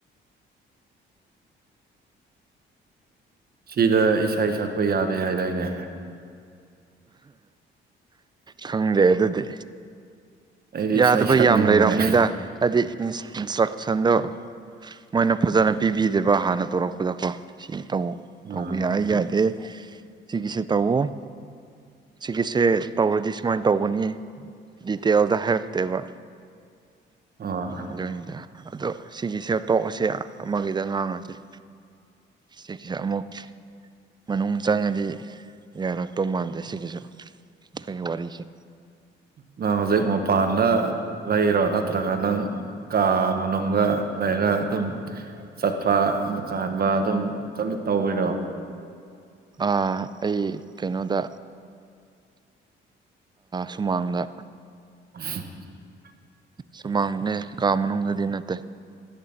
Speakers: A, on the right (about 50°); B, on the right (about 20°).
A: ꯁꯤꯗ ꯏꯁꯩ ꯁꯛꯄ ꯌꯥꯗꯦ ꯍꯥꯏꯗꯥꯏꯅꯦ
B: ꯈꯪꯗꯦ ꯑꯗꯨꯗꯤ
A: ꯑꯩꯗꯤ
B: ꯌꯥꯗꯕ
A: ꯏꯁꯩ ꯁꯛꯅꯤꯡꯉꯤꯅꯦ
B: ꯌꯥꯝ ꯂꯩꯔꯕꯅꯤꯅ ꯍꯥꯏꯗꯤ ꯏꯟꯁꯇ꯭ꯔꯛ ꯁꯟꯗꯣ ꯃꯣꯏꯅ ꯐꯖꯅ ꯄꯤꯕꯤꯗꯦꯕ ꯍꯥꯟꯅ ꯇꯧꯔꯛꯄꯗꯀꯣ ꯁꯤꯅꯤ
A: ꯎꯝ
B: ꯇꯧꯕ ꯌꯥꯏ ꯌꯥꯗꯦ ꯁꯤꯒꯤꯁꯤ ꯇꯧꯋꫭ ꯁꯤꯒꯤꯁꯦ ꯇꯧꯔꯗꯤ ꯁꯨꯃꯥꯏꯅ ꯇꯧꯒꯅꯤ ꯗꯤꯇꯦꯜꯗ ꯍꯥꯏꯔꯛꯇꯦꯕ
A: ꯑꯥ
B: ꯑꯗꯨꯅꯤꯗ ꯑꯗꯣ ꯁꯤꯒꯤꯁꯦ ꯇꯣꯛ ꯑꯁꯦ ꯑꯃꯒꯤꯗ ꯉꯥꯡꯉꯁꯤꯩ ꯁꯤꯒꯤꯁ‌ꯦ ꯑꯃꯃꯨꯛ ꯃꯅꯨꯡ ꯆꯪꯉꯗꯤ ꯌꯥꯔꯛꯇꯧ ꯃꯥꯟꯗꯦ ꯁꯤꯒꯤꯁꯨ ꯑꯩꯈꯣꯏꯒꯤ ꯋꯥꯔꯤꯁꯦ
A: ꯅꯪ ꯍꯧꯖꯤꯛ ꯃꯄꯥꯟꯗ ꯂꯩꯔꯣ ꯅꯠꯇ꯭ꯔꯒ ꯅꯪ ꯀꯥ ꯃꯅꯨꯡꯗ ꯂꯩꯅ ꯑꯗꯨꯝ ꯆꯠꯄ ꯑꯃꯨꯛꯀ ꯍꯟꯕ ꯑꯗꯨꯝ ꯆꯠꯂ ꯇꯧꯕꯋꯤꯔꯣ
B: ꯑꯩ ꯀꯩꯅꯣꯗ ꯁꯨꯃꯥꯡꯗ
A: <inaudible>
B: ꯁꯨꯃꯥꯡꯅꯦ ꯀꯥ ꯃꯅꯨꯡꯗꯗꯤ ꯅꯠꯇꯦ